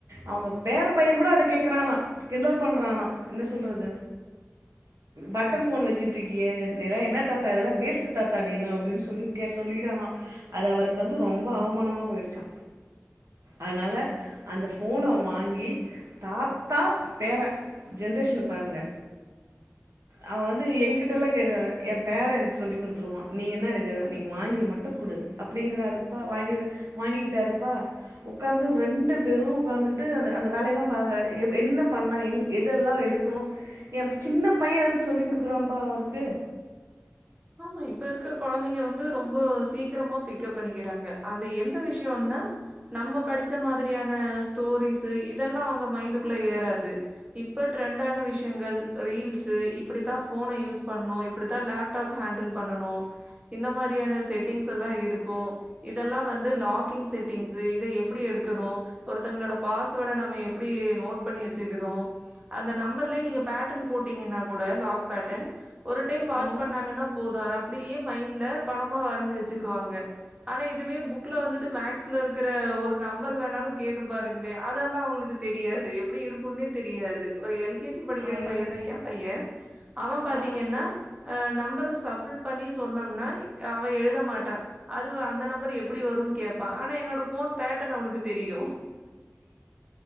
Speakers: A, on the right; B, on the right.
A: அவுங்க பேர பைய கூட அத கேக்கறானா கிண்டல் பண்றானா என்ன சொல்றது பட்டன் ஃபோன் வெச்சுட்றுக்கீயே நீயல்லா என்ன தாத்தா இதெல்லா வேஸ்ட்டு தாத்தா நீ என்ன அப்டின்னு சொல்லி கேக் சொல்லிட்டானா அது அவருக்கு வந்து ரொம்ப அவமானமா போயிடுச்சா அதனால அந்த ஃபோன வாங்கி தாத்தா பேர ஜென்ரேஷன்ன பாருங்க அவ வந்து எங்கிட்டலா <unintelligible> ஏ பேர எனக்கு சொல்லித்குடுத்துருவா நீ என்ன எனக்கு நீங்க வாங்கி மட்டும் குடு அப்டிங்கிறாருப்பா வாங்க வாங்கிக்கிட்டாருப்பா உட்காந்து ரெண்டு பேரு உட்காந்துகிட்டு அந்த அந்த வேலையதா பாக் எப் என்ன பண்ணலா எங் எதெல்லா எடுக்கணு என் சின்ன பைய எடுத்து சொல்லி் குடுக்குறாப்பா அவுருக்கு
B: ஆமா இப்ப இருக்க கொழந்தைங்க வந்து ரொம்ப சீக்கிரமா பிக்கப் பண்ணிக்கிறாங்க அந்த எந்த விஷயம்னா நம்ம படிச்ச மாதிரியான ஸ்டோரிஸு இதெல்லா அவுங்க மைண்டுக்குள்ள ஏறது இப்போ ட்ரெண்ட்டான விஷயங்கள் ரீல்ஸு அப்புடிதா போன யூஸ் பண்ணணு இப்டித் த ஃலாப் ப்ப ஹேண்டில் பண்ணனு இந்த மாரியான செட்டிங்ஸ் எல்லா இருக்கும் இதெல்லா வந்து லாக்கிங் செட்டிங்ஸு இத எப்புடி எடுக் க்கனு ஒருத்தங்களோட பாஸ்வேர்ட நம்ம எப்டி நோட் பண்ணி வச்சுக்கணு அந்த நம்பர்ல நீங்க பேட்டன் போட்டீங்கன்னா கூட லாக் பேட்டன் ஒரு டைம் வாச்
A: ஆ
B: பண்ணாங்கன்னா போதும் அது அப்டியே மைண்ட்ல படமா வரைஞ்சு வச்சுக்குவாங்க ஆனா இதுவே புக்ல வந்துட்டு மேக்ஸ்ல இருக்குற ஒரு நம்பர் வேணாலு கேட்டு பாரு அதெல்லா அவுங்களுக்கு தெரியாது எப்புடி இருக்குன்னே தெரியாது ஒரு எல் கேஜி படிக்கிற
A: ஐயோ
B: பையன்தா ஏ பையே அவன் பாத்தீங்கன்னா
A: ஆ
B: நம்பர் சஃபுல் பண்ணி சொன்னம்னா அவன் எழு ட மாட்டா அதுவு அந்த நம்பர் எப்டி வருனு கேப்பான் ஆனா என்னோட போன் பேட்டர்ன் அவனுக்கு தெரியு